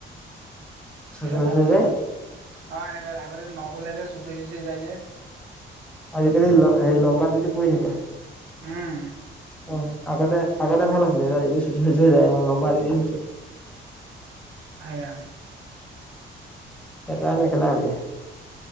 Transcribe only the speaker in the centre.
চুচৰি
চুচৰি
যায়
আজিকালি ল এই লম্বা দি দি পৰি থাকে
উম আগতে আগতে ভাল আছিলে তেতিয়া চুচৰি চুচৰি যায় এতিয়া লম্বা দি দি চুচৰি
সেইকাৰণে নেখেলা হলি